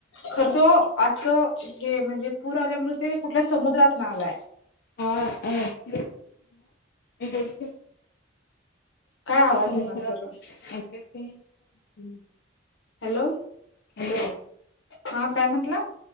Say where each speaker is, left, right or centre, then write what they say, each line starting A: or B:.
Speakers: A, on the left (about 80°); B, on the left (about 55°).
A: खर तो असं हे म्हणजे पूर आल्यामुळे ते कुठल्या समुद्रात ना आलाय.
B: <inaudible>
A: काय आवाज
B: <unintelligible>
A: येईना सरळ हॅलो
B: हॅलो
A: हा काय म्हंटला.